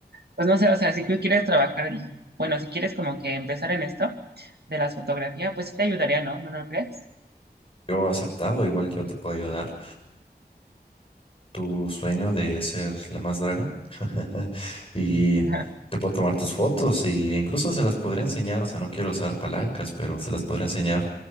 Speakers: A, on the right; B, on the left.
A: pues no sé, o sea, si tú quieres trabajar y, bueno, si quieres como que empezar en esto de las fotografías, pues sí te ayudaría, ¿no? ¿No lo crees?
B: yo aceptado. Igual yo te puedo ayudar tu sueño de ser la más draga <laughs> y
A: <laughs>
B: te puedo tomar tus fotos y incluso se las podría enseñar, o sea, no quiero usar palancas, pero se las podría enseñar